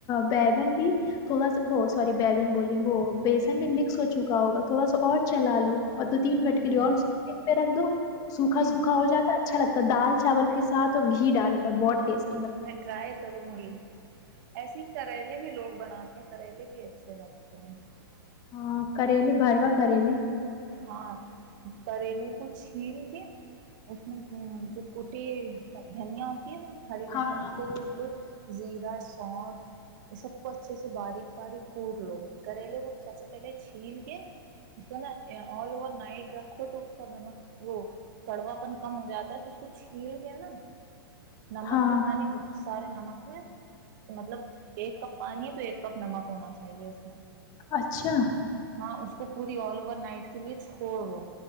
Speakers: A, on the left; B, on the right.
A: بیگن بھی تھوڑا سا وہ سوری بیگن بول وہ بیسن بھی مکس ہو چکا ہوگا تھوڑا سا اور چلا لو اور دو تین
B: ہوں
A: منٹ کے لیے اور اس کو تل پہ رکھ دو سوکھا
B: ہوں
A: سوکھا ہو جاتا اچھا لگتا ہے دال چاول کے ساتھ اور گھی ڈال کر بہت ٹیسٹ <unintelligible>
B: میں ٹرائی کروں گی <unintelligible> ایسے ہی کریلے بھی لوگ بناتے ہیں کریلے بھی اچھے رکھتے ہیں <unintelligible>
A: ہاں کریل بروا کریل <unintelligible>
B: ہاں کریلے کو چھین کے اس میں جو کوٹی دھنیا ہوتی ہے نا <unintelligible> کھڑی دنی
A: ہاں
B: ہے
A: ہاں
B: اس کو کووٹ لو <unintelligible> زیرہ سونف یہ سب کو اچھے سے باریک باریک کوٹ لو کرلے کو تو سب سے پہلے چھین کے اس کو نا <unintelligible> آل اوور نائٹ رکھو تو اس کا نمک وہ تڑوا پن کم ہو جاتا ہے تو اس کو چھیل کے نا <unintelligible> نمک
A: ہاں
B: کے پانی بہت <unintelligible> سارے نمک میں کہ مطلب ایک کپ پانی ہے تو ایک کپ نمک ہونا چاہیے اس <inaudible>
A: اچھا <inaudible>
B: ہاں اس کو پوری آل اوور نائٹ <inaudible> کے لیے چوڑو